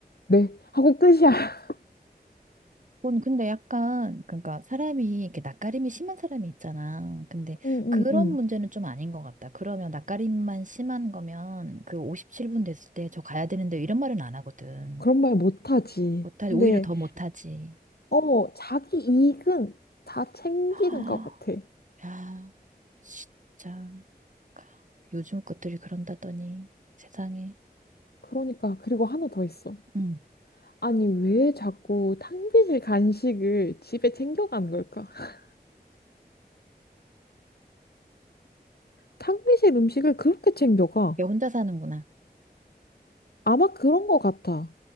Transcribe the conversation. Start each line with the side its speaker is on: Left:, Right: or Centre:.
Left: 네 하고 끝이야. <laughs>
Right: 그건 근데 약간, 그러니까 사람이 이렇게 낯가림이 심한 사람이 있잖아. 근데
Left: 응, 응,
Right: 그런
Left: 응.
Right: 문제는 좀 아닌 것 같다. 그러면 낯가림만 심한 거면 그 57분 됐을 때 저 가야 되는데 이런 말은 안 하거든.
Left: 그런 말 못하지.
Right: 못하,
Left: 근데
Right: 오히려 더 못하지.
Left: 어, 자기 이익은 다 챙기는
Right: <gasps>
Left: 것 같아.
Right: 야, 진짜. 그러니까 요즘 것들이 그런다더니 세상에.
Left: 그러니까 그리고 하나 더 있어.
Right: 응.
Left: 아니, 왜 자꾸 탕비실 간식을 집에 챙겨가는 걸까? <laughs> 탕비실 음식을 그렇게 챙겨가?
Right: 얘 혼자 사는구나.
Left: 아마 그런 거 같아.